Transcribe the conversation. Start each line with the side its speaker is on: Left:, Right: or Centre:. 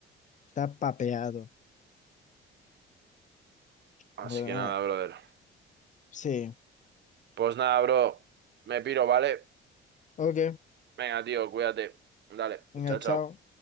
Left: está papeado.
Right: Así
Left: Pero
Right: que
Left: nada,
Right: nada, brother.
Left: sí.
Right: Pues nada, bro. Me piro, ¿vale?
Left: Ok,
Right: Venga, tío, cuídate. Dale,
Left: venga,
Right: chao,
Left: chao.
Right: chao.